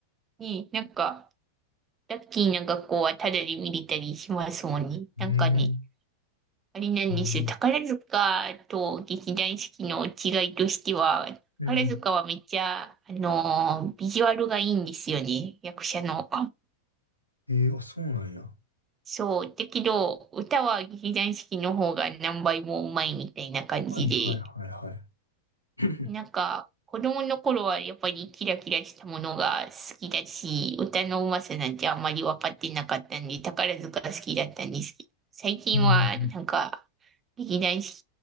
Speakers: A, on the right; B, on the left.
A: ね、なんか、ラッキーな学校はタダで見れたりしますもんね。
B: うーん。
A: なんかね、あれなんですよ。
B: うん。
A: 宝塚と劇団四季の違いとしては、
B: うん
A: 宝塚はめっちゃ、あのービジュアルがいいんですよね。役者の。
B: えー、あ、そうなんや。
A: そう。だけど、歌は劇団四季の方が何倍もうまいみたいな感じで。
B: はいはいはいはい。<laughs>
A: なんか、子供の頃はやっぱりキラキラしたものが好きだし、歌のうまさなんてあんまり分かってなかったんで、宝塚好きだったんですけど、最近はなんか、
B: うん。
A: 劇団四